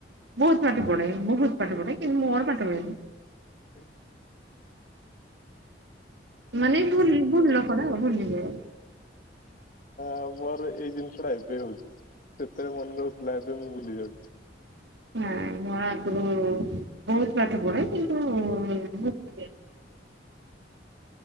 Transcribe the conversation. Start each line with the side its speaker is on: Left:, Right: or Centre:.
Right: ବହୁତ ପାଠପଡେ ବହୁତ ପାଠ ପଢେ କିନ୍ତୁଁ ମୋର ପାଠ ହୁଏନି।
Left: <unintelligible>
Right: ମାନେ ଭୁଲ ଭୁଲକଡା
Left: ମାନେ
Right: ଭୁଲି ଯାଏ।
Left: ଆ ମୋର ଏଇ ଜିନିଷ ଟା ଏବେ ହଉଛି ସେତେବେଳେ ମନେ ରହୁଥିଲା ଏବେ ମୁଁ ଭୁଲି ଯାଉଛି।
Right: ନା ମୁଁ ଆଗରୁ ବହୁତ ପାଠ ପଢେ କିନ୍ତୁ ମୁଭୁଲେନି।